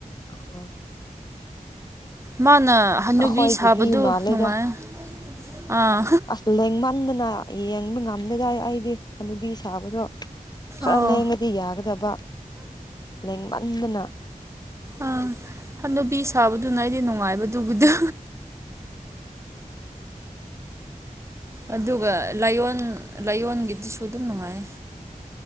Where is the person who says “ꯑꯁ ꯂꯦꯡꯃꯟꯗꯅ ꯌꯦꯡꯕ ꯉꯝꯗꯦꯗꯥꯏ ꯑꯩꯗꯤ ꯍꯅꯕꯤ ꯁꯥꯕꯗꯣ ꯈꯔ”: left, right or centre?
Left